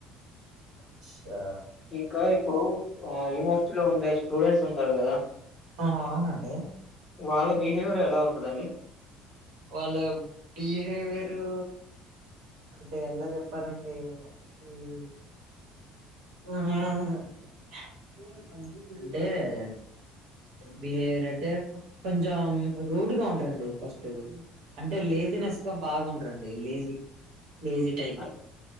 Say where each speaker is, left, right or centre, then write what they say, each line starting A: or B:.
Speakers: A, on the right (about 60°); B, on the left (about 15°).
A: అచ్చా
B: ఇక ఇప్పుడు ఆ యూనివర్సిటీలో ఉండే స్టూడెంట్స్ ఉంటారు కదా
A: ఆహా అవునండి
B: వాళ్ళ బిహేవియర్ ఎలా ఉంటదండి
A: వాళ్ళ బిహేవియరు అంటే ఎలా చెప్పాలండి ఒకకి <unintelligible> అంటే బిహేవియర్ అంటే కొంచెం రూడ్గా ఉంటారండి ఫస్ట్ అంటే లేజీనెస్ గా బాగుండరండి లేజీ లేజీ టైప్
B: అం